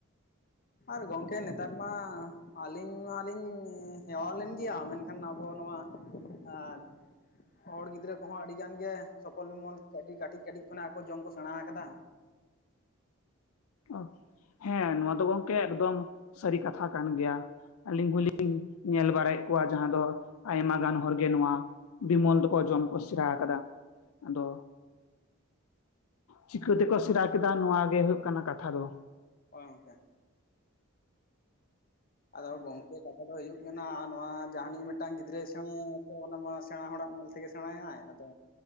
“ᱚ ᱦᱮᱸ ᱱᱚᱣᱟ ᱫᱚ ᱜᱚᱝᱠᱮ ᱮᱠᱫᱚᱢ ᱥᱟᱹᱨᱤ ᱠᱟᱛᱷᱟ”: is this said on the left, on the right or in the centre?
Left